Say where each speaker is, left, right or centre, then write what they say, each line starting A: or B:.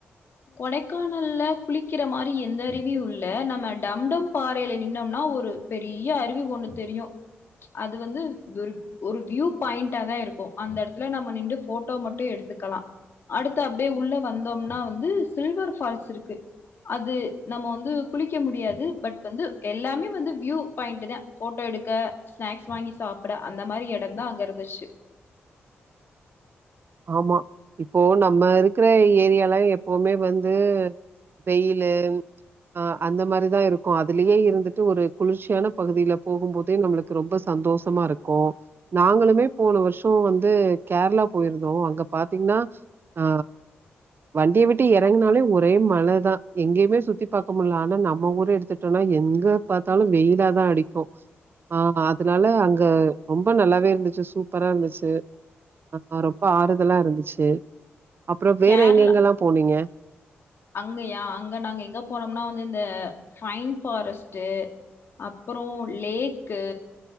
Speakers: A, on the left; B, on the right.
A: கொடைக்கானல்ல குளிக்கிற மாரி எந்த அருவியு இல்ல நம்ம டம்டம் பாறைல நின்னோம்னா ஒரு பெரிய அறிவி ஒண்ணு தெரியு ச்சு அது வந்து விரு ஒரு வியூ பாயிண்டா தா இருக்கு அந்த எடத்துல நம்ம நின்டு போட்டோ மட்டு எடுத்துக்கலா அடுத்து அப்டியே உள்ள வந்தோம்னா வந்து சில்வர் ஃபால்ஸ் இருக்கு அது நம்ம வந்து குளிக்க முடியாது பட் வந்து எல்லாமே வந்து வியூ பாயிண்டு தா போட்டோ எடுக்க ஸ்நாக்ஸ் வாங்கி சாப்ட அந்த மாரி எடம்தா அங்க இருந்துச்சு
B: ஆமா இப்போ நம்ம இருக்கிற ஏரியால எப்பவுமே வந்து வெயிலு அ அந்த மாரிதா இருக்கு அதுலேயே இருந்துட்டு ஒரு குளிர்ச்சியான பகுதியில போகும் போதே நம்மளுக் கு ரொம்ப சந்தோஷமா இருக்கு நாங்களுமே போன வர்ஷோ வந்து கேரளா போயிருந்தோ அங்க பாத்தீங்கன்னா அ வண்டிய விட்டு எறங்குனாலே ஒரே மழதா எங்கயுமே சுத்தி பாக்க முடியல ஆனா நம்ம ஊர எடுத்துட் டோனா எங்க பாத்தாலு வெயிலாதா அடிக்கு ஆ அதுனால அங்க ரொம்ப நல்லாவே இருந்துச்சு சூப்பரா இருந்துச்சு ஆ ரொம்ப ஆறுதலா இருந்துச்சு அப்புறோ வேற
A: கேரளா
B: எங்கெங்கல்லா போனீங்க
A: அங்கயா அங்க நாங்க எங்க போனோம்னா வந்து இந்த பைன் ஃபாரஸ்டு அப்றோ லேக்கு